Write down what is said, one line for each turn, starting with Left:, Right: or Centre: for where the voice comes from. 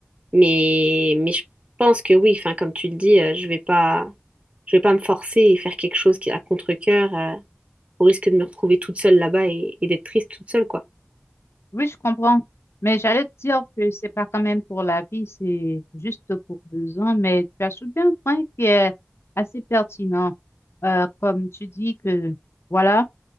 Right: Mais, mais je pense que oui, enfin, comme tu le dis, euh, je vais pas, je vais pas me forcer et faire quelque chose qui à contre-cœur, euh, au risque de me retrouver toute seule là-bas et, et d'être triste toute seule, quoi.
Left: Oui, je comprends. Mais j'allais te dire que c'est pas quand même pour la vie, c'est juste pour deux ans. Mais tu as soulevé un point qui est assez pertinent. Euh, comme tu dis que, voilà,